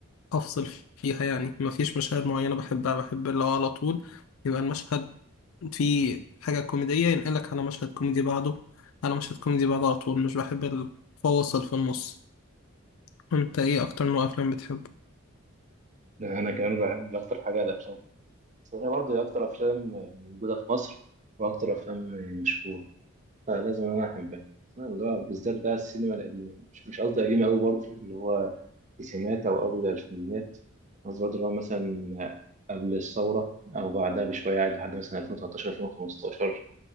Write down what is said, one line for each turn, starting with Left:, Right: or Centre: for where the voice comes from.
Left: أفصل فيها يعني ما فيش مشاهد معينة بحبها بحب اللي هو على طول يبقى المشهد فيه حاجة كوميدية ينقلك على مشهد كوميدي بعده على مشهد كوميدي بعده على طول مش بحب الفواصل في النص انت ايه اكتر نوع افلام بتحبه
Right: أنا كمان بحب أكتر حاجة الأفلام أنا برضه أكتر أفلام موجودة في مصر وأكتر أفلام مشهورة فلازم انا احبها اسمها اللي هو بالذات بقى السينما القديمه مش مش قصدي قديمه قوي برضه اللي هو التسعينات او اول الالفينيات قصدي برضه اللي هو مثلا قبل الثوره او بعدها بشويه عادي لحد مثلا 2013 2015